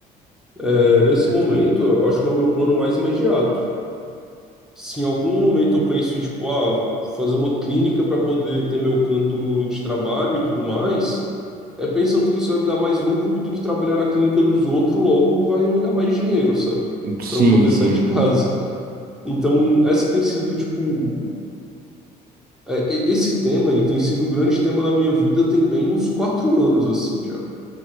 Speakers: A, in the centre; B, on the right.
A: É, nesse
B: Saquei.
A: momento, eu acho que é o meu plano mais imediato. Se em algum momento eu penso em, tipo, ah, fazer uma clínica para poder ter meu canto de trabalho e tudo mais, é pensando que isso vai me dar mais lucro do que trabalhar na clínica dos outros, logo vai me dar mais dinheiro, sabe?
B: Sim,
A: Para eu poder
B: sim.
A: sair de casa. Então, essa tem sido, tipo, é, e- esse tema, ele tem sido o grande tema da minha vida tem bem uns quatro anos, assim, já.